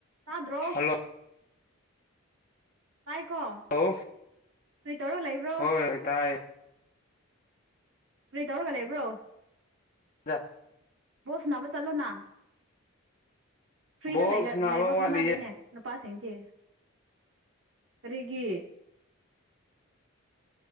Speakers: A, on the right; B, on the left.
A: ꯇꯥꯗ꯭ꯔꯣ
B: ꯍꯜꯂꯣ
A: ꯇꯥꯏꯀꯣ
B: ꯍꯣꯏ
A: ꯐ꯭ꯔꯤ ꯇꯧꯔꯣ ꯂꯩꯕ꯭ꯔꯣ
B: ꯍꯣꯏ ꯇꯥꯏ
A: ꯐꯔꯤ ꯇꯧꯔꯒ ꯂꯩꯕ꯭ꯔꯣ
B: ꯋꯥ
A: ꯕꯣꯜꯁ ꯅꯥꯅꯕ ꯆꯠꯂꯣꯅ ꯐ꯭ꯔꯤꯗ
B: ꯕꯣꯜ
A: ꯂꯩ
B: ꯁꯥꯟꯅꯕ
A: ꯂꯩꯕ ꯍꯧꯅꯗꯦꯅꯦ
B: ꯋꯥꯠꯂꯤꯌꯦ
A: ꯅꯨꯄꯥꯗꯤ ꯀꯔꯤꯒꯤ